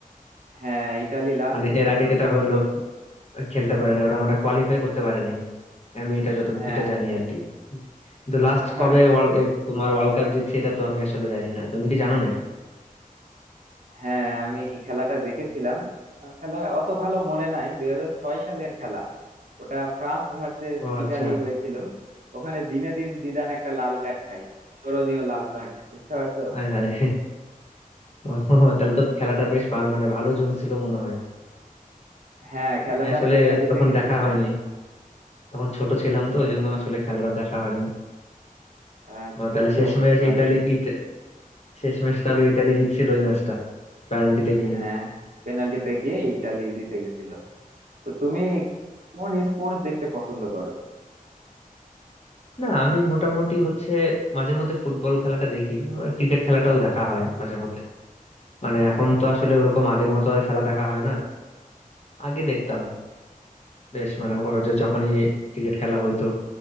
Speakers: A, on the right; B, on the left.
A: হ্যাঁ ইটালি লাস্ট
B: মানে
A: দুইটা
B: এর আগে
A: ওয়ার্ল্ড
B: যেটা
A: কাপ
B: হলো খেলতে পারে নাই ওরা মানে কোয়ালিফাই করতে পারে নাই আমি এটা যত
A: হ্যাঁ
B: এটা জানি আর কি কিন্তু লাস্ট
A: ওরা
B: কবে ওয়ার্ল্ড তোমার ওয়ার্ল্ড কাপ জিতছে এটা তো আমি আসলে জানি না তুমি কি জানো নাকি
A: হ্যাঁ আমি খেলাটা দেখেছিলাম আহ, খেলা অত ভালো মনে নাই দুই হাজার ছয় সালের খেলা ওটা ফ্রান্স ভার্সেস
B: ও আচ্ছা
A: ইটালি হয়েছিল ওখানে জিনেদিন জিদান একটা লাল কার্ড খায় স্মরণীয় লাল কার্ড বুঝতে পারছো
B: আয় হায় ও তাহলে তো খেলাটা বেশ ভালো মানে ভালো জমছিল মনে হয়
A: হ্যাঁ খেলাটা
B: আমি আসলে
A: পেনাল্টিতে
B: তখন
A: গেছিল
B: দেখা হয়নি তখন ছোট ছিলাম তো ওই জন্য আসলে খেলাটা দেখা হয়নি
A: আচ্ছা
B: ও তাহলে
A: বন্ধু
B: শেষমেশ
A: বুঝতে পারছি
B: ইতালি ইত- শেষমেশ তাহলে ইতালি জিতছিল ওই ম্যাচটা পেনাল্টিতে গিয়ে
A: হ্যাঁ পেনাল্টিতে গিয়ে ইটালি জিতে গেছিল তো তুমি কোন স্পোর্টস দেখতে পছন্দ করো
B: না আমি মোটামুটি হচ্ছে মাঝে মধ্যে ফুটবল খেলাটা দেখি আবার ক্রিকেট খেলাটাও দেখা হয় মাঝে মধ্যে মানে এখন তো
A: বুঝতে
B: আসলে ওরকম
A: পারছি।
B: আগের মতো আর খেলা দেখা হয় না আগে দেখতাম বেশ মানে ওরা যে যখনই ক্রিকেট খেলা হইতো